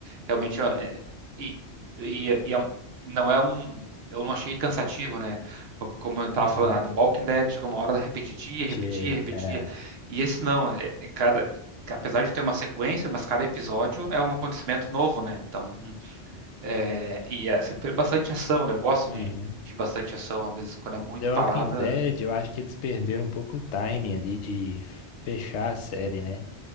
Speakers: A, on the right; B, on the left.
A: realmente é, é, e, e, é, e é um- não é um, eu não achei cansativo, né? Porque Como eu estava
B: Uhum,
A: falando, ah, The Walking Dead chegou uma hora repetia,
B: Chega,
A: repetia, repetia.
B: é.
A: E esse não, é, é cada, apesar de ter uma sequência, mas cada episódio é um acontecimento novo, né? Então, é, e é sempre bastante ação, né? Eu gosto
B: uhum.
A: de, de bastante ação, às vezes quando é muito
B: The Walking
A: parada,
B: Dead, eu acho que eles perderam um pouco o timing ali de fechar a série, né?